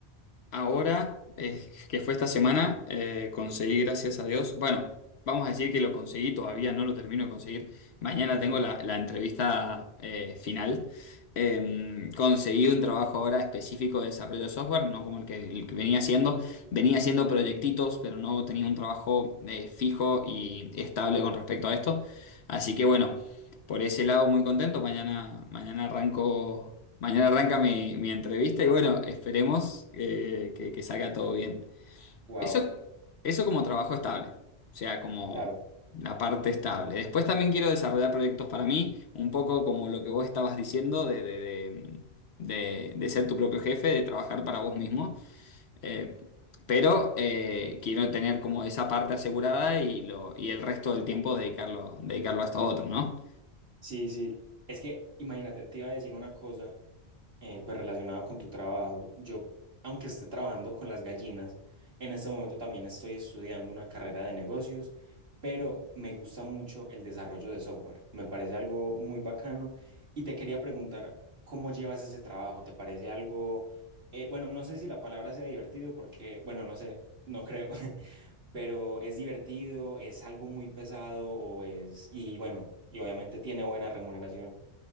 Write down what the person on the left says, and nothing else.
Ahora, eh, que fue esta semana, eh, conseguí, gracias a Dios, bueno, vamos a decir que lo conseguí, todavía no lo termino de conseguir, mañana
tengo la, la entrevista eh, final. Eh, conseguí un trabajo ahora específico de desarrollo de software, no como el que, el que venía haciendo, venía haciendo proyectitos, pero no tenía un trabajo eh, fijo y estable con respecto a esto. Así que bueno, por ese lado, muy contento. Mañana, mañana arranco, mañana arranca mi, mi entrevista y bueno, esperemos eh, que, que salga todo bien.
Eso, eso como trabajo estable, o sea, como
la parte estable. Después también quiero desarrollar proyectos para mí, un poco como lo que vos estabas diciendo de, de- de- de- de ser tu propio jefe, de trabajar para vos mismo. Eh, pero eh, quiero tener como esa parte asegurada y, lo, y el resto del tiempo dedicarlo, dedicarlo a esto otro, ¿no?